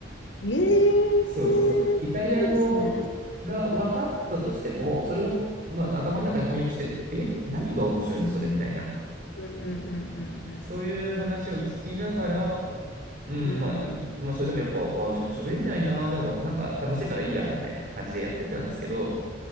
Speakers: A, on the left (about 85°); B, on the right (about 45°).
A: ええ
B: <laughs> そうそうそう。イタリア語が分かったとしても、
A: すごいですね。
B: それを、まあ、頭の中で翻訳して、
A: うん。
B: え、何が面白いのそれみたいな。
A: うんうんうん
B: そういう話を聞きながら、うん、
A: うんうん。
B: まあ、い、まあ、それでもやっぱ、あ、しゃ、喋んないな、でも、なんか楽しいからいいや、みたいな感じでやってたんですけど、